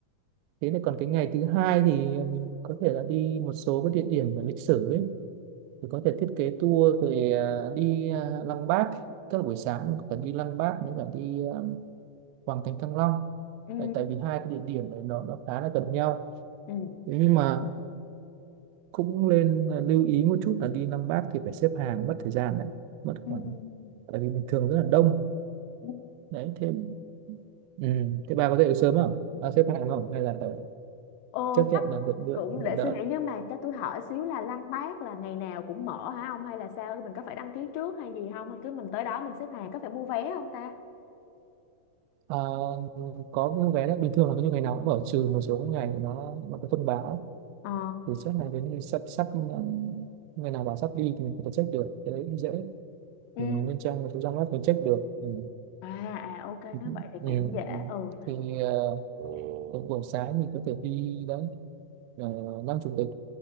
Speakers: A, on the right; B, on the left.
A: thế này còn cái ngày thứ hai thì mình có thể là đi một số cái địa điểm về lịch sử ấy thì có thể thiết kế tour về à, đi à, Lăng Bác tức là buổi sáng mình có thể đi Lăng Bác nếu cả đi à, Hoàng Thành Thăng Long
B: ừ
A: Đấy, tại vì hai cái địa điểm này nó nó khá là gần nhau
B: ừ
A: thế nhưng mà cũng nên à, lưu ý một chút là đi Lăng Bác thì phải xếp hàng mất thời gian đấy mất
B: ừ
A: khoảng tại vì bình thường rất là đông
B: ừ.
A: đấy thế ừ. thế bà có dậy được sớm không bà xếp hàng không hay là phải
B: Ờ,
A: chấp nhận
B: chắc
A: là đợi đợi
B: cũng
A: đợi
B: để
A: đợi
B: suy nghĩ nhưng mà cho tôi hỏi xíu là Lăng Bác là ngày nào cũng mở hả ông hay là sao mình có phải đăng ký trước hay gì không hay cứ mình tới đó mình xếp hàng có phải mua vé không ta
A: Ờ, có mua vé đấy bình thường là như ngày nào cũng mở trừ một số cái ngày nó nó có thông báo
B: ờ
A: từ trước này đến thì sắp sắp ừ, ngày nào bảo sắp đi thì mình có thể check được cái đấy cũng dễ mình,
B: ừ
A: mình lên trang một số trang web mình check được ừ.
B: à à ok nói
A: Ừ.
B: vậy thì
A: ừ,
B: cũng dễ
A: ừ.
B: ừ
A: thì ờ, buổi sáng mình có thể đi đấy uh, Lăng Chủ tịch